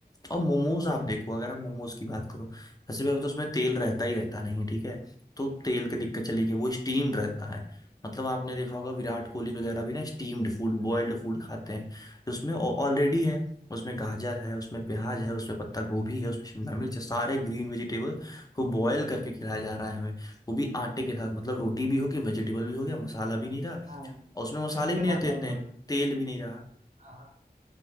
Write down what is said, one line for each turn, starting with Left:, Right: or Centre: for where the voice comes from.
Left: और मोमोज आप देखो अगर आप मोमोज की बात करो सबसे पहले तो उसमें तेल रहता ही रहता नहीं है ठीक है तो तेल की दिक्कत चली गई वो स्टीम्ड रहता है मतलब आपने देखा होगा विराट कोहली वगैरह भी ना स्टीम्ड फूड बॉइल्ड फूड खाते हैं उसमें ऑलरेडी है उसमें गाजर है उसमें प्याज है उसमें पत्ता गोभी है उसमें शिमला मिर्च है सारे ग्रीन वेजिटेबल को बॉयल करके खिलाया जा रहा है हमें वो भी आटे के साथ मतलब रोटी भी होगी वेजिटेबल भी हो गया मसाला भी नहीं रहा
Right: हाँ
Left: और उसमें मसाले
Right: मैं मैं
Left: भी नहीं
Right: मानता
Left: रहते इतने
Right: हूँ तुम्हारी बात
Left: तेल भी नहीं रहा
Right: हाँ